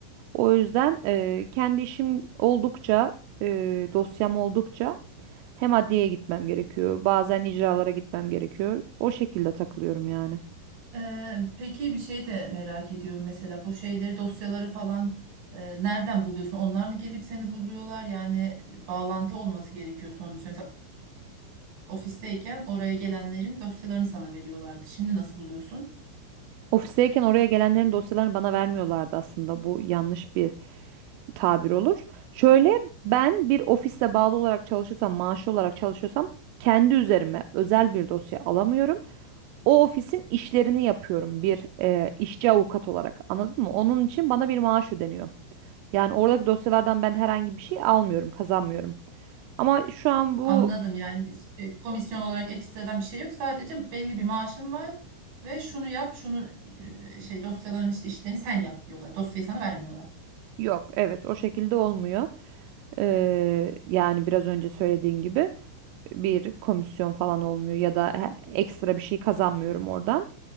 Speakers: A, on the right; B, on the right.
A: O yüzden e, kendi işim oldukça, e, dosyam oldukça hem adliyeye gitmem gerekiyor. Bazen icralara gitmem gerekiyor. O şekilde takılıyorum yani.
B: Ee, peki bir şey de merak ediyorum mesela bu şeyleri dosyaları falan e, nereden buluyorsun? Onlar mı gelip seni buluyorlar? Yani e, bağlantı olması gerekiyor sonuçta. Mesela ofisteyken oraya gelenlerin dosyalarını sana veriyorlardı. Şimdi nasıl buluyorsun?
A: Ofisteyken oraya gelenlerin dosyalarını bana vermiyorlardı aslında. Bu yanlış bir tabir olur. Şöyle ben bir ofiste bağlı olarak çalışıyorsam, maaşlı olarak çalışıyorsam kendi üzerime özel bir dosya alamıyorum. O ofisin işlerini yapıyorum bir e, işçi avukat olarak. Anladın mı? Onun için bana bir maaş ödeniyor. Yani oradaki dosyalardan ben herhangi bir şey almıyorum, kazanmıyorum. Ama şu an bu
B: Anladım yani e, komisyon olarak ekstradan bir şey yok. Sadece belli bir maaşın var ve şunu yap şunu e, şey dosyaların işte işlerini sen yap diyorlar. Dosyayı sana vermiyorlar.
A: yok. Evet, o şekilde olmuyor. Ee, yani biraz önce söylediğin gibi bir komisyon falan olmuyor ya da he- ekstra bir şey kazanmıyorum oradan.